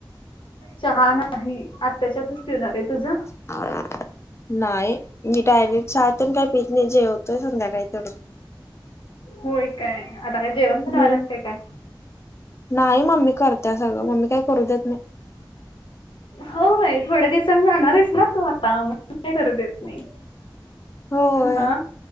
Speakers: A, on the left; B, on the left.
A: चहा नाही आत्याच्यातच पिवूण आले, तुझं?
B: ह <inaudible> नाही मी डायरेक्ट चहातून काही पित नाहीजेवतोय संध्याकाळी थोडं
A: होय काय आता काय जेवण बनवायलाच
B: हम्म
A: का काय?
B: नाही मम्मी करत्या सगळं मम्मी काही करू देत नाय
A: होय थोड्या दिवसां जाणारयस ना तू आता मग नाय करू देत नाही
B: होय
A: हा